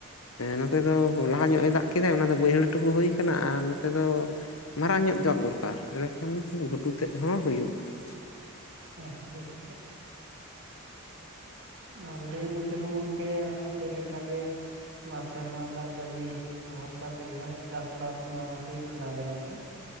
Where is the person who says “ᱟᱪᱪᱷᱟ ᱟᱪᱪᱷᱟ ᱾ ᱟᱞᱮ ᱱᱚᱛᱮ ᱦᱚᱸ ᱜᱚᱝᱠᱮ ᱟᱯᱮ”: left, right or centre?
Right